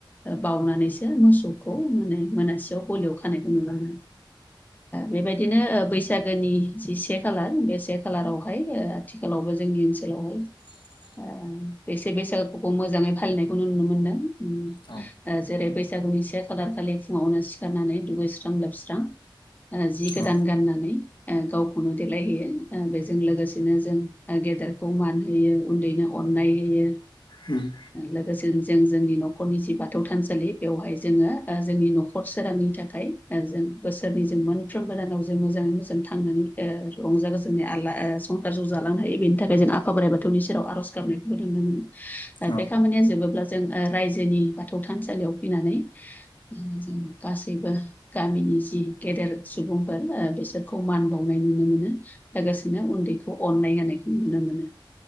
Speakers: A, on the left; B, on the left.
A: बाउनानैसो मोसौखौ माने मोनासेयाव गलियाव खानायखौ नुलाङो बेबायदिनो बैसागोनि जि से खालार बे से खालारावहाय आथिखालावबो जोंनि ओनसोलावहाय
B: <inaudible>
A: <unintelligible> बेसे बैसागुखौ मोजाङै फालिनायखौ नुनो मोनदों उम
B: औ
A: ओ जेरै बैसागुनि से खालार खालि फुङावनो सिखारनानै दुगैस्रां लोबस्रां जि गोदान
B: औ
A: गाननानै ओ गावखौनो देलायहैयो बेजों लोगोसेनो जों गेदेरखौ मान होयो उन्दैनो अननाय होयो
B: ओम
A: लोगोसे जों जोंनि न'खरनि सि बा बाथौ थानसालि बेवहाय जोङो जोंनि न'खर सोरांनि थाखाय जों बोसोरनै जों साफ्रोम गोदानाव जों मोजाङै मोजां थांनानै रंजा गोजोनै आला संसारखौ जालांनो हायो बेनि थाखाय जों आफा बोराइ बाथौनि सेराव आर'ज गाबनायखौबो नुनो मोनो
B: औ
A: बे खामानिया जोबोब्ला जों रायजोनि बा थौ थानसालियाव फैनानै जों गासैबो गामिनि जि गेदेर सुबुंफोर बिसोरखौ मान बावनाय नुनो मोनो लोगोसेनो उन्दैखौ अननाय होनायखौ नुनो मोनो